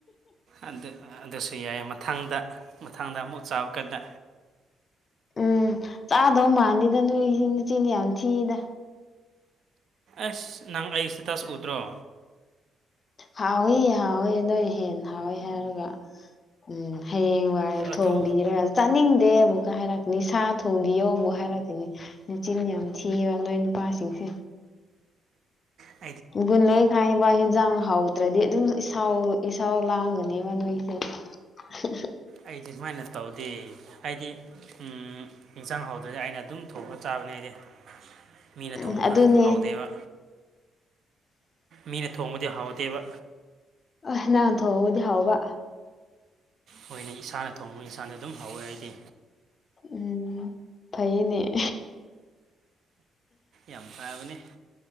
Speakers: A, on the right; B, on the left.
A: ꯑꯗꯨ ꯑꯗꯨꯁꯨ ꯌꯥꯏ ꯃꯊꯪꯗ ꯃꯊꯪꯗ ꯑꯃꯨꯛ ꯆꯥꯕ ꯀꯥꯟꯗ꯫
B: ꯎꯝ ꯆꯥꯗꯧ ꯃꯥꯟꯗꯦꯗ ꯅꯣꯏꯁꯤ ꯃꯆꯤꯟ ꯌꯥꯝ ꯊꯤꯗ꯫
A: ꯑꯁ ꯅꯪ ꯑꯩ ꯏꯁꯇꯦꯇꯁ ꯎꯗ꯭ꯔꯣ꯫
B: ꯍꯥꯎꯋ‌ꯦ ꯍꯥꯎꯋꯦ ꯅꯣꯏ ꯍꯦꯟꯅ ꯍꯥꯎꯋꯦ ꯍꯥꯏꯔꯒ꯫ ꯎꯝ ꯍꯌꯦꯡꯋꯥꯏ
A: ꯑꯗꯨ
B: ꯊꯣꯡꯕꯤꯔ꯫ ꯇꯥꯅꯤꯡꯗꯦ ꯑꯃꯨꯛꯀ ꯍꯥꯏꯔꯛꯀꯅꯤ ꯁꯥ ꯊꯣꯡꯕꯤꯌꯣ ꯑꯃꯨꯛ ꯍꯥꯏꯔꯛꯀꯅꯤ ꯃꯦꯆꯤꯟ ꯌꯥꯝ꯫ ꯊꯤꯕ ꯅꯣꯏ ꯅꯨꯄꯥꯁꯤꯡꯁꯦ꯫
A: ꯍ‌ꯦ
B: ꯒꯨꯟꯂꯣꯏ ꯈꯥꯏꯕ ꯏꯟꯖꯥꯡ ꯍꯧꯗ꯭ꯔꯗꯤ ꯑꯗꯨꯝ ꯏꯁꯧ ꯏꯁꯧ ꯂꯥꯡꯒꯅꯦꯕ ꯅꯣꯏꯁꯦ ꯫
A: ꯑꯩꯗꯤ ꯁꯨꯃꯥꯏꯅ ꯇꯧꯗꯦ ꯑꯩꯗꯤ ꯎꯝ ꯏꯟꯁꯥꯡ ꯍꯥꯎꯗ꯭ꯔꯖꯨ ꯑꯩꯅ ꯑꯗꯨꯝ ꯊꯣꯡꯉꯒ ꯆꯥꯕꯅꯦ ꯑꯩꯗꯤ꯫ ꯃꯤꯅ
B: ꯎꯝ
A: ꯊꯣꯡꯕꯗ
B: ꯑꯗꯨꯅꯦ
A: ꯍꯥꯎꯗꯦꯕ ꯃꯤꯅ ꯊꯣꯡꯕꯗꯤ ꯍꯥꯎꯗꯦꯕ꯫
B: ꯑ ꯅꯪ ꯊꯣꯛꯉꯗꯤ ꯍꯥꯎꯕ꯫
A: ꯍꫭꯏꯅꯦ ꯏꯁꯥꯅ ꯊꯣꯡꯕ ꯏꯟꯁꯥꯗ ꯑꯗꯨꯝ ꯍꯧꯋꯦ ꯑꯩꯗꯤ꯫
B: ꯎꯝ ꯐꯩꯌ‌ꯦꯅ‌ꯦ꯫
A: ꯌꯥꯝ ꯐꯕꯅꯤ